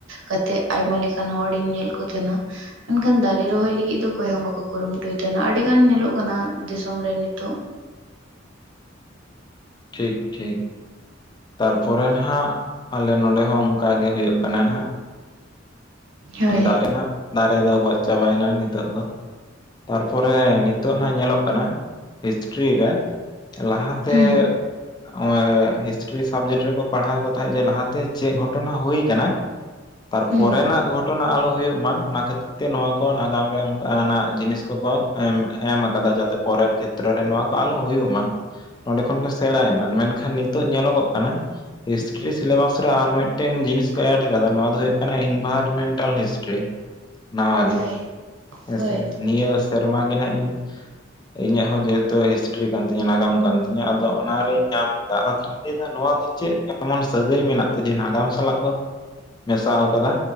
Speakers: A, on the right; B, on the left.
A: ᱠᱟᱛᱮᱜ ᱟᱭᱢᱟ ᱞᱮᱠᱟᱱ ᱦᱚᱲᱤᱧ ᱧᱮᱞ ᱠᱚ ᱛᱟᱦᱮᱸᱱᱟ ᱮᱱᱠᱷᱟᱱ ᱫᱟ ᱫᱟᱨᱮ ᱨᱚᱦᱚᱭ ᱞᱟᱹᱜᱤᱜ ᱫᱚ ᱚᱠᱚᱭ ᱦᱚᱸ ᱵᱟᱠᱚ ᱠᱩᱨᱩᱢᱩᱴᱩᱭ ᱛᱟᱦᱮᱸᱱᱟ ᱟᱹᱰᱤ ᱜᱟᱱ ᱧᱮᱞᱚᱜ ᱠᱟᱱᱟ ᱫᱤᱥᱚᱢ ᱨᱮ ᱱᱤᱛᱚᱜ
B: ᱴᱷᱤᱠ ᱴᱷᱤᱠ ᱛᱟᱨᱯᱚᱨᱮ ᱱᱟᱦᱜ ᱟᱞᱮ ᱱᱚᱰᱮ ᱦᱚᱸ ᱚᱝᱠᱟ ᱜᱮ ᱦᱩᱭᱩᱜ ᱠᱟᱱᱟ ᱱᱟᱜ᱾
A: ᱦᱳᱭ
B: ᱫᱟᱜᱨᱮᱱᱟᱜ ᱫᱟᱨᱮ ᱫᱚ ᱜᱚᱡ ᱪᱟᱵᱟᱭ ᱱᱟ ᱱᱤᱛᱚᱜ ᱫᱚ᱾ ᱛᱟᱨᱯᱚᱨᱮ ᱱᱤᱛᱚᱜ ᱱᱟᱜ ᱧᱮᱞᱚᱜ ᱠᱟᱱᱟ ᱦᱤᱥᱴᱨᱤ ᱨᱮ ᱞᱟᱦᱟ ᱛᱮᱻ
A: ᱦᱩᱸ
B: ᱱᱚᱜ-ᱚᱭ ᱦᱤᱥᱴᱨᱤ ᱥᱟᱵᱽᱡᱮᱠᱴ ᱨᱮᱠᱚ ᱯᱟᱲᱦᱟᱣ ᱠᱚ ᱛᱟᱦᱮᱸᱫ ᱡᱮ ᱞᱟᱦᱟᱛᱮ ᱪᱮᱫ ᱜᱷᱚᱴᱚᱱᱟ ᱦᱩᱭ ᱟᱠᱟᱱᱟ᱾ ᱛᱟᱨᱯᱚᱨᱮ
A: ᱦᱩᱸ
B: ᱱᱟᱦᱟᱜ ᱜᱷᱚᱴᱚᱱᱟ ᱟᱞᱚ ᱦᱩᱭᱩᱜ ᱢᱟ ᱚᱱᱟ ᱠᱷᱟᱹᱛᱤᱨ ᱛᱮ ᱱᱚᱣᱟ ᱠᱚ ᱱᱟᱜᱟᱢ ᱨᱮ ᱚᱱᱠᱟᱱᱟᱜ ᱡᱤᱱᱤᱥ ᱠᱚᱠᱚ ᱮᱢ ᱟᱠᱟᱫᱟ ᱡᱟᱛᱮ ᱯᱚᱨᱮᱨ ᱠᱷᱮᱛᱨᱚ ᱨᱮ ᱱᱚᱣᱟ ᱠᱚ ᱟᱞᱚ ᱦᱩᱭᱩᱜ ᱢᱟ᱾ ᱱᱚᱸᱰᱮ ᱠᱷᱚᱱ ᱠᱚ ᱥᱮᱬᱟᱭ ᱢᱟ ᱢᱮᱱᱠᱷᱟᱱ ᱱᱤᱛᱚᱜ ᱧᱮᱞᱚᱜᱚᱜ ᱠᱟᱱᱟ ᱦᱤᱥᱴᱨᱤ ᱥᱤᱞᱮᱵᱟᱥ ᱨᱮ ᱟᱨ ᱢᱤᱫᱴᱮᱱ ᱡᱤᱱᱤᱥ ᱠᱚ ᱮᱰ ᱠᱟᱫᱟ, ᱱᱚᱣᱟ ᱫᱚ ᱦᱩᱭᱩᱜ ᱠᱟᱱᱟ ᱤᱱᱵᱷᱟᱨᱟᱨᱢᱮᱱᱴᱟᱞ ᱦᱤᱥᱴᱨᱤ ᱱᱟᱣᱟ ᱜᱮ
A: ᱦᱳᱭ
B: ᱦᱮᱸᱥᱮ
A: ᱦᱳᱭ
B: ᱱᱤᱭᱟᱹ ᱥᱮᱨᱢᱟ ᱜᱮ ᱱᱟᱦᱟᱜ ᱤᱧ ᱤᱧᱟᱹᱜ ᱦᱚᱸ ᱡᱮᱦᱮᱛᱩ ᱦᱤᱥᱴᱨᱤ ᱠᱟᱱ ᱛᱤᱧᱟᱹ ᱱᱟᱜᱟᱢ ᱠᱟᱱ ᱛᱤᱧᱟᱹ ᱟᱫᱚ ᱚᱱᱟᱨᱤᱧ ᱧᱟᱢ ᱮᱟ᱾ ᱞᱟᱹᱭᱟ ᱱᱚᱣᱟ ᱫᱚ ᱪᱮᱫ ᱮᱢᱚᱱ ᱥᱟᱹᱜᱟᱹᱭ ᱢᱮᱱᱟᱜ ᱛᱮ ᱡᱮ ᱱᱟᱜᱟᱢ ᱥᱟᱞᱟᱜ ᱠᱚ ᱢᱮᱥᱟ ᱠᱟᱫᱟ?